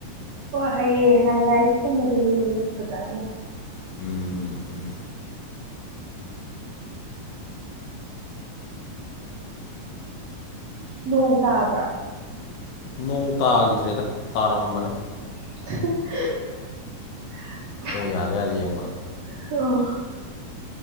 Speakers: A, on the right; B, on the left.
A: ꯍꯣꯏ ꯍꯌꯦꯡ ꯍꯥꯏ ꯂꯥꯏꯁꯀꯨꯝꯕꯗ ꯌꯦꯡꯉꯦ ꯐꯖꯅ
B: ꯎꯝ ꯎꯝ
A: ꯅꯣꯡ ꯇꯥꯕ꯭ꯔꯥ
B: ꯅꯣꯡ ꯇꯥꯈꯤꯗ꯭ꯔꯦꯗ ꯇꯥꯔꯝꯕꯅꯦ
A: <unintelligible>
B: ꯑꯣ ꯌꯥꯔꯦ ꯌꯥꯔ ꯌꯦꯡꯕ
A: ꯑ